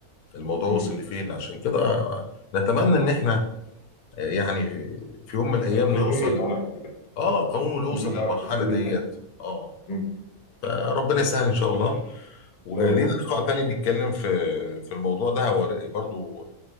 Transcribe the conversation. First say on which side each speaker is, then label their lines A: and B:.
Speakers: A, on the left; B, on the left.
A: الموضوع وصل
B: امم
A: لفين عشان كده نتمنى ان احنا آه، يعني في يوم من الايام
B: القانون
A: نوصل
B: يتعرف يعني.
A: اه قانون
B: القانون
A: نوصل
B: يتعرف
A: للمرحلة
B: لكل
A: ديت
B: الناس
A: اه
B: امم
A: آه. فربنا يسهل ان شاء الله ولينا
B: ان شاء الله ان
A: لقاء
B: شاء
A: تاني
B: الله ان
A: نتكلم في في الموضوع ده هو برضو